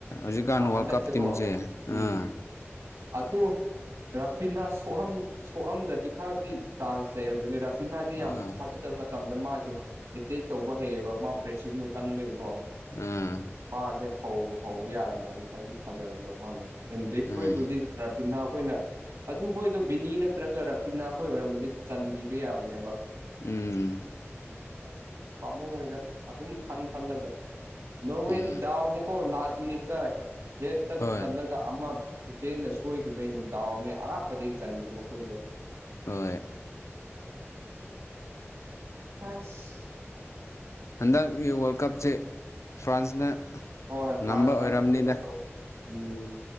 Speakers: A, on the left; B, on the right.
A: ꯍꯧꯖꯤꯛꯀꯥꯟ ꯋꯥꯔꯜ
B: ꯍꯟꯗꯛꯁꯦꯀꯣ
A: ꯀꯞ ꯇꯤꯝꯁꯦ
B: ꯎꯝ
A: ꯑꯥ
B: ꯑꯗꯨ ꯔꯥꯐꯤꯅꯥ ꯁꯣꯛꯍꯝꯗ꯭ꯔꯗꯤ ꯈꯔꯗꯤ ꯆꯥꯟꯁ ꯂꯩꯔꯝꯒꯅꯤꯗ ꯐꯤꯅꯥꯁꯦ ꯌꯥꯝ
A: ꯑꯥ
B: ꯊꯥꯖꯗꯕ ꯃꯇꯝꯗ ꯃꯥꯁꯦ ꯑꯦꯇꯦꯛ ꯇꯧꯕ ꯍꯩꯌꯦꯕ ꯃꯥ ꯄ꯭ꯔꯦꯁꯤꯡꯗꯨ ꯀꯟꯕꯩ ꯀꯣ
A: ꯑꯥ
B: ꯃꯥꯁꯦ ꯍꯧꯕꯨ ꯍꯧꯕ ꯌꯥꯔꯝꯃꯗꯤ ꯈꯔꯗꯤ ꯐꯖꯔꯝꯗꯧ ꯃꯥꯜꯂꯦ ꯑꯦꯟꯗ꯭ꯔꯤꯛ
A: ꯎꯝ
B: ꯈꯣꯏꯕꯨꯗꯤ ꯗ꯭ꯔꯥꯐꯤꯅꯥꯎ ꯈꯣꯏꯅ ꯑꯗꯨꯈꯣꯏꯗꯣ ꯕꯤꯠꯅꯤ ꯅꯠꯇ꯭ꯔꯒ ꯔꯐꯤꯅꯥ ꯈꯣꯏ ꯑꯣꯏꯔꯝꯃꯗꯤ ꯆꯟꯕꯤꯕ ꯌꯥꯕꯅꯦꯕ
A: ꯎꯝ
B: ꯑꯁ ꯄꯥꯝꯃꯨꯌꯦꯗ ꯑꯗꯨꯝ ꯈꯟ ꯈꯜꯂꯒ ꯅꯣꯔꯋꯦꯗꯤ
A: ꯎꯝ
B: ꯗꯥꯎꯅꯤꯀꯣ ꯂꯥꯁ ꯅꯤꯇꯥꯢ ꯔꯦꯠꯇ
A: ꯍꯣꯏ
B: ꯆꯜꯂꯒ ꯑꯃ ꯗꯤꯐꯦꯟꯅ ꯁꯣꯏꯈꯤꯕꯩꯩꯅꯦ ꯗꯥꯎꯅꯦ ꯑꯔꯥꯞꯄꯗꯩ ꯆꯟꯒꯤꯕ ꯈꯣꯏꯗꯣ
A: ꯍꯣꯏ
B: ꯑꯁ
A: ꯍꯟꯗꯛꯒꯤ ꯋꯥꯔꯜ ꯀꯞꯁꯦ ꯐ꯭ꯔꯥꯟꯁꯅ
B: ꯍꯣꯏ
A: ꯉꯝꯕ
B: ꯐ꯭ꯔꯥꯟꯁꯅ
A: ꯑꯣꯏꯔꯝꯅꯤꯗ
B: ꯑꯃꯨꯛ ꯀꯩꯅꯣ ꯇꯧ ꯎꯝ